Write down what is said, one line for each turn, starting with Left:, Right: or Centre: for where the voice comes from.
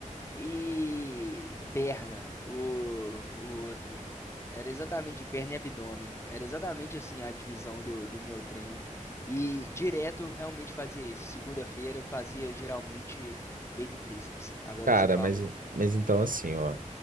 Left: e perna, o, o outro. Era exatamente perna e abdômen. Era exatamente assim a divisão do, do meu treino. E direto eu realmente fazia isso. Segunda-feira eu fazia geralmente peito e tríceps. Agora
Right: cara,
Left: que você falou,
Right: mas, mas então assim, ó.